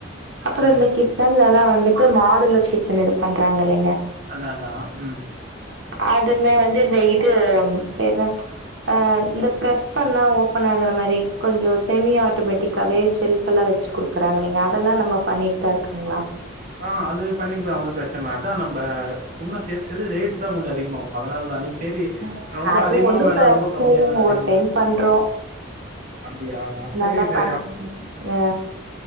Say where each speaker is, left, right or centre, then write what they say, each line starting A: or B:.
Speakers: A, on the right; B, on the right.
A: அப்பறோ
B: ம்
A: இந்த கிட் பா உள்ளல்லா வந்துட்டு மாடுலர் கிச்சன் இது பண்றாங்கில்லைங்க
B: அதா அதா ம் ம்
A: அதுமே வந்து இந்த இது பேர் என்ன அ இந்த ப்ரஸ் பண்ணா ஓப்பன் ஆகற மாரி கொஞ்சோ செமி ஆட்டோமெட்டிக்காவே செல்ஃப் ப்பல்லா வெச்சு குடுக்கறாங்கில்லீங்க அ இதெல்லா நம்ம பண்ணீட் தா இரு குங்ளா
B: அ அது பண்ணிக்லா ஒன்னு ப்ரச்ன்ல அதா நம்ப உன்னு சேத் சேத்து ரேட் தா கொஞ்சோ அதிகமாவு அதனாலதா நீங்க சேரி
A: ஓ
B: ரொம்ப
A: அது
B: அதிகமாவும்
A: ஒன்னு
B: வேணாம்
A: பிரச்சன
B: ரொம்ப கம்மியாவும்
A: இல்லீங்க
B: வேணாம்னீங்களா
A: ஒரு டைம் பண்றோ
B: அப்டியா
A: நல்லா
B: சேரி சேரி
A: பண்
B: அப்
A: <inaudible> ஆ